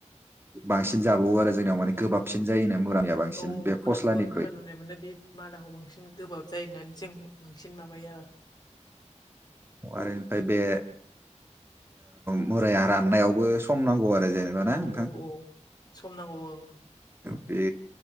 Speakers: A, on the right; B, on the left.
A: बांसिन जाबावो आरो जोंनियाव माने गोबाबसिन जायोनो मुरानिया बांसिन
B: औ
A: बे फस्लानिख्रुइ
B: बुं खोनानाय मोनो बे मादाखौ बांसिन गोबाब जायो होननानै जों माबायो आरो।
A: आरो निफ्राय बे मुराया राननायावबो सम नांगौ आरो। जेनेबा ना
B: औ
A: नोंथां
B: औ औ सम नांगौ ओं।
A: बे